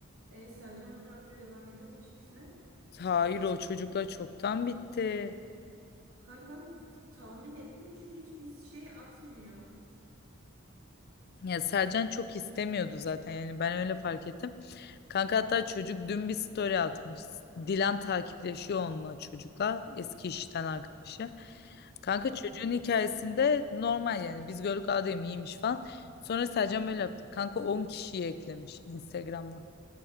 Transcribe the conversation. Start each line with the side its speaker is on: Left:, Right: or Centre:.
Right: E, Selcan ne yapıyor? Devam ediyor mu ilişkisine?
Left: Hayır o çocuklar çoktan bitti.
Right: Kanka ben tahmin ettim çünkü hiçbir şey atmıyor. Hı
Left: Ya Sercan çok istemiyordu zaten yani ben öyle fark ettim. Kanka hatta çocuk dün bir story atmış. Dilan takipleşiyor onunla çocukla eski işten arkadaşı. Kanka
Right: hı.
Left: çocuğun hikayesinde normal yani biz gördük adem iyiymiş falan. Sonra Sercan böyle yaptı. Kanka 10 kişiyi eklemiş Instagram'dan.